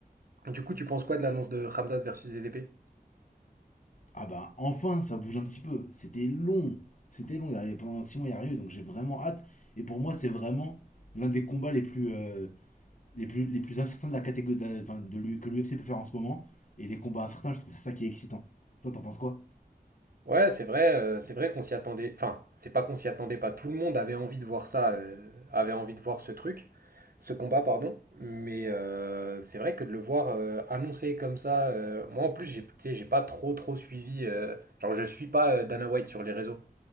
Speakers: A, on the right; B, on the left.
A: Du coup, tu penses quoi de l'annonce de Khamzat versus DDP?
B: Ah bah enfin, ça bouge un petit peu. C'était long. C'était long. Il y avait pendant 6 mois, il n'y a rien eu. Donc j'ai vraiment hâte. Et pour moi, c'est vraiment l'un des combats les plus, euh, les plus, les plus incertains de la catégorie de, la- enfin, de l'U- que l'UFC peut faire en ce moment. Et les combats incertains, je trouve ça qui est excitant. Toi, t'en penses quoi
A: Ouais, c'est vrai, euh, c'est vrai qu'on s'y attendait. Enfin, c'est pas qu'on s'y attendait pas. Tout le monde avait envie de voir ça, euh, avait envie de voir ce truc, ce combat, pardon. Mais euh, c'est vrai que de le voir euh, annoncé comme ça, euh, moi en plus, j'ai, tu sais, j'ai pas trop trop suivi. euh, genre, je suis pas euh, Dana White sur les réseaux,